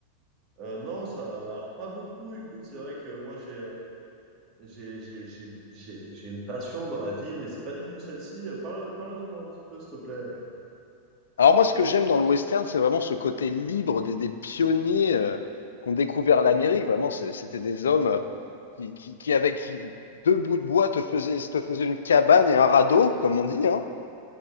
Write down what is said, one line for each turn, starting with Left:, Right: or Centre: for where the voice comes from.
Right: Euh, non, ça, alors pas beaucoup. Écoute, c'est vrai que moi j'ai euh, j'ai j'ai j'ai j'ai j'ai une passion dans la vie, mais c'est pas du tout celle-ci. Euh, Parle, parle-en moi un petit peu, s'il te plaît.
Left: Alors moi ce que j'aime dans le western, c'est vraiment ce côté libre des, des pionniers euh, qui ont découvert l'Amérique. Vraiment, c'est- c'était des hommes euh, qui, qui, qui, avec qui- deux bouts de bois te faisaient, te faisaient une cabane et un radeau, comme on dit, hein.